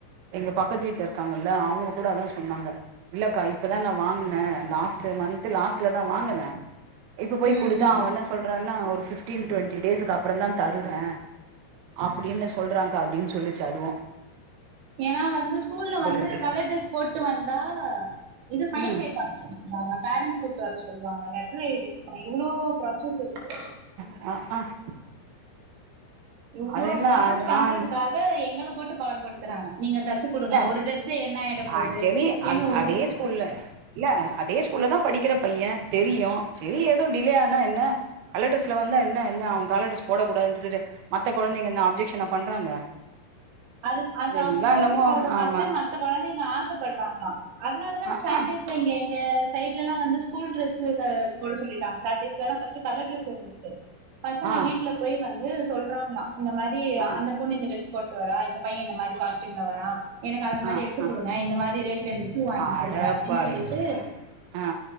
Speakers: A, on the right; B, on the right.
A: எங்க பக்கத்து வீட்ல இருக்காங்க இல்ல அவங்க கூட அதா சொன்னாங்க இல்லக்கா இப்பதா நா வாங்கனன் லாஸ்ட்டு மன்த்து லாஸ்ட்ல தா வாங்கனன் இப்போ போய்
B: ம்
A: குடுத்தா
B: ம்
A: அவன் என்ன சொல்றான்னா ஒரு பிப்டீன் டொண்ட்டி டேஸ்க்கு அப்புறம் தா தருவன் அப்டின்னு சொல்றாங்க்கா அப்டின் சொல்லிச்சி அதுவும்
B: ஏனா வந்து ஸ்கூல்ல வந்து
A: இருக்குது
B: கலர் ட்ரஸ் போட்டு வந்தா இது ஃபைன்
A: ம்
B: பே பண்ண னுவாங்க பேரண்ட் கூட்டு வர சொல்லுவாங்க லெட்டரும் எழுதிட்டு நம்ம இவ்ளோ ப்ராசஸ் இருக்கு
A: ஆஹ
B: இவ்ளோ
A: அதெல்லா
B: ப்ராசஸ்
A: அது
B: பண்றதுக்காக
A: ஆம்
B: எங்கள போட்டுப் பாடுபடுத் தறாங்க நீங்க தச்சி குடுங்க
A: இல்ல
B: ஒரு டிரஸ்ல என்ன ஆயிட போது
A: ஆக்சுவலி அந்
B: ஏங்க உங்க
A: அதே ஸ்கூல்ல இல்ல அதே ஸ்கூல்ல தா படிக்கிற பையன் தெரியும் செரி ஏதோ டிலே ஆனா என்ன கலர் டிரஸ்ல வந்தா என்ன இல்ல அவன் கலர் டிரஸ் போடக்கூடாது மத்த கொழந்தைங்க என்னா அப்ஜெக்ஷனா பண்றாங்க
B: அது அது
A: எல்லா
B: அவங்க போட்டு
A: என்னமோ
B: போறத பாத்து
A: ஆமா
B: மத்த கொழந்தைங்க ஆசப்படறாங்களாம் அதுனாலதான
A: ஆ
B: சாட்டேஸ்
A: ஆ
B: ஸல இங்க எங்க சைட்ல எல்லா வந்து ஸ்கூல் டிரஸ்ஸு க போட சொல்லிட்டாங்க சாட்டேஸ்லலாம் பஸ்ட்டு கலர் டிரஸ் பசங்க
A: ஆ
B: வீட்ல போயி வந்து சொல்றாங்களா இந்த மாரி
A: ஆ
B: அந்த பொண்ணு இந்த டிரஸ் போட் சுவரா இந்த பையன் இந்த மாரி காஸ்டியூம்ல வரா எனக்கு அது
A: ஆ
B: மாரி எடுத்து குடுங்க இந்த மாரி ரேட்ல எனக்கு ஷூ வாங்கி
A: ஆ அடப்பாவிங்களா
B: குடுங்க அப்டின் சொல்லிட்டு
A: ஆ